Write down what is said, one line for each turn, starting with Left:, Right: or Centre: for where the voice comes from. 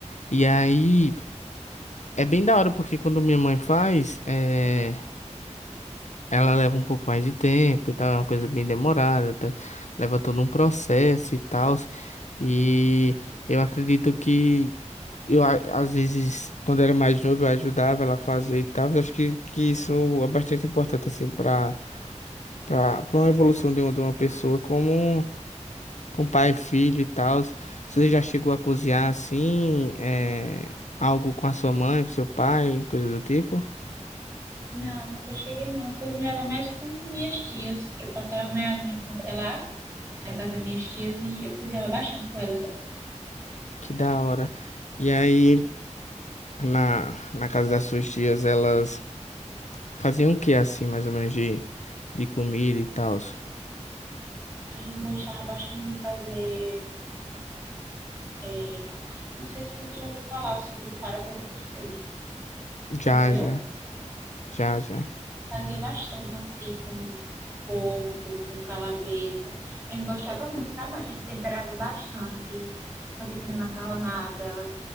Left: E aí é bem da hora, porque quando minha mãe faz, é, ela leva um pouco mais de tempo e tal, é uma coisa bem demorada, tá? Leva todo um processo e tal. E eu acredito que eu, a- às vezes, quando era mais novo, eu ajudava ela a fazer e tal. Eu acho que, que isso é bastante importante, assim, pra para uma evolução de uma, de uma pessoa como. Com pai, filho e tal. Você já chegou a cozinhar assim, é, algo com a sua mãe, com seu pai, coisa do tipo?
Right: Não, nunca cheguei não. Eu cozinhava mais com minhas tias, que eu passava a maior da minha infância lá, na casa das minhas tias, e eu cozinhava bastante com elas.
Left: Que da hora. E aí, na, na casa das suas tias, elas faziam o que assim, mais ou menos, de, de comida e tal?
Right: A gente gostava bastante de fazer É, não sei se você já ouviu falar sobre farofa de cuscuz.
Left: Já,
Right: Já comeu?
Left: já, já, já.
Right: Fazia bastante com porco, com calabresa. A gente gostava muito, sabe? A gente temperava bastante. Fazia também macarronada,